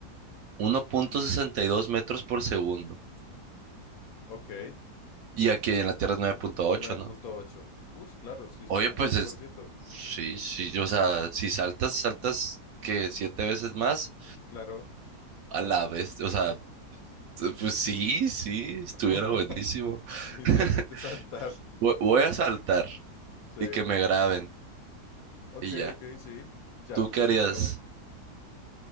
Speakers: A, on the right; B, on the left.
A: uno punto sesenta y dos metros por segundo.
B: Ok,
A: Y aquí en la Tierra es nueve punto ocho,
B: nueve
A: ¿no?
B: punto ocho. Uy, claro, sí es
A: Oye,
B: como
A: pues
B: un veinte
A: es-
B: por ciento,
A: sí, sí, o sea, si saltas, saltas que siete veces más
B: Claro.
A: a la vez, o sea, pues sí, sí, estuviera
B: <laughs>
A: buenísimo.
B: Inicialmente
A: <laughs>
B: saltar.
A: Voy, voy a saltar
B: Sí.
A: y que me graben
B: Ok,
A: y ya.
B: ok, sí. Y ya,
A: ¿Tú qué
B: eso
A: harías?
B: es todo.